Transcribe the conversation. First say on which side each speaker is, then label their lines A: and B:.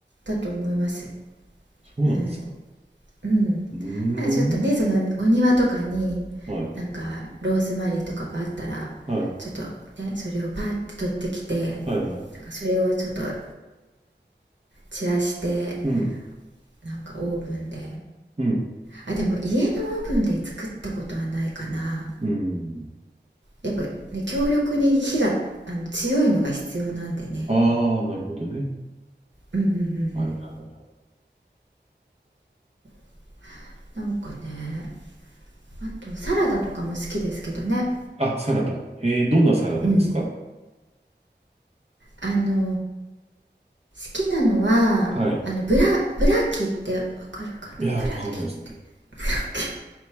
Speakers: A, on the right; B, on the right.
A: だと思います、
B: そうなんですか。
A: うん、うん、
B: うーん。
A: なんかちょっとねそのお庭とかに
B: はい。
A: なんかローズマリーとかがあったら
B: はい。
A: ちょっとねそれをパッて取ってきてなんか
B: はい。はい。
A: それをちょっとあの散らして
B: うん。
A: なんかオーブンで
B: うん。
A: あでも家のオーブンで作ったことはないかな
B: うん。
A: やっぱね強力に火があの強いのが必要なんでね
B: ああ、なるほどね。
A: うんうんうんう
B: はい。
A: ん
B: はい。
A: そうなんかねあとサラダとかも好きですけどね
B: あ、サラダ。えー、どんなサラダですか
A: うんあのーきなのはあのブラブラキってわかるかなブラキってブラキ
B: はい。いやー、わかんないですね。